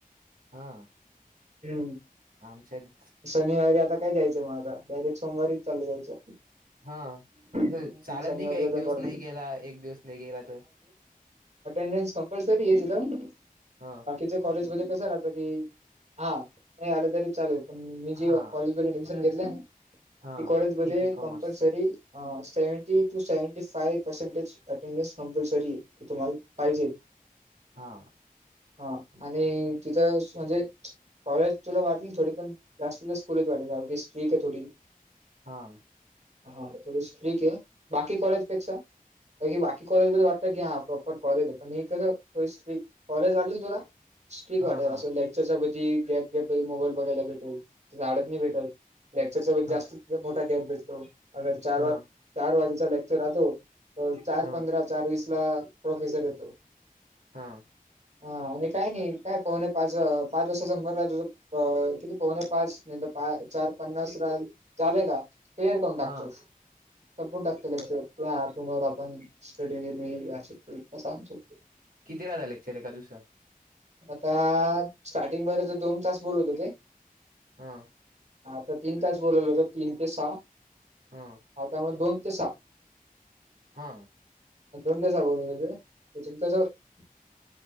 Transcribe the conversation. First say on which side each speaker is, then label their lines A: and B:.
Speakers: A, on the right; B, on the right.
A: हा.
B: हम.
A: आमच्यात
B: शनिवारी आता काय जायचं म आता. डायरेक्ट सोमवारीच चालू जायचं.
A: हा असं
B: हम्म,
A: चालत
B: शनिवारी
A: नाही का एक
B: रजा
A: दिवस
B: करून
A: नाही गेला? एक दिवस नाही गेला त?
B: अटेंडेस कमपलसरीये तिद?
A: हा.
B: बाकीच कॉलेज मधे कस राहत. की हा नाही आलं तरी चालेल. पण मी
A: हा
B: जे कॉल ऑडमीशन घेतलाय न,
A: हा
B: ते कॉलेज मध्ये
A: केपी कॉमर्स
B: कम्पलसरी हा. Seventy to seventy five percentage attendance कपलसरीय. ते तुम्हाला पाहिजे.
A: हा.
B: हा आणि तिथं म्हणजे पाहूया, तुला वाटेल थोडे पण, जास्त जास् स्कुलेच वाटेले. अवघे स्ट्रिके थोडी.
A: हां.
B: हा थोडी स्ट्रिके. बाकी कॉलेज पेक्षा. बाकी कॉलेजमध्ये वाटत की हा प्रॉपर कॉलेजे. पण हे कसं स्टिक. कॉलेज वाटेल तुला. स्ट्रिक
A: हा
B: वाटेल.
A: हा
B: असं लेक्चरच्या मधी गॅप गॅप मोबाईल बघायला भेटेल. आडत नाही भेटेल. लेक्चरचा
A: हा
B: जास्त मोठा गॅप भेटतो. अर चार
A: हा
B: चार वाजेचा लेक् चर राहतो. तर चार
A: हा
B: पंधरा, चार वीस ला प्रोफेसर येतो.
A: हा
B: हा आणि काय नाही काय पाहुणे पाच, पाच वासा समर रा तुझ किती पाहुणे, पाच नाही तर पा चार पन्नास ला झाले का क्लेअर करून टाकतो.
A: हा
B: संपून टाकत लेक्चर. लिहा तुम्हाला पण स्टडी दीलेली, अस सांग श <unintelligible>
A: किती राहता लेक्चर एका दिवसात?
B: आता स्टार्टिंगमध्ये त दोन तास बोलवत होते.
A: हा
B: आता तीन तास बोलवलं होत. तीन ते सहा.
A: हा
B: आता म दोन ते सहा.
A: हा.
B: दोन ते सहा बोलावले होते. <unintelligible>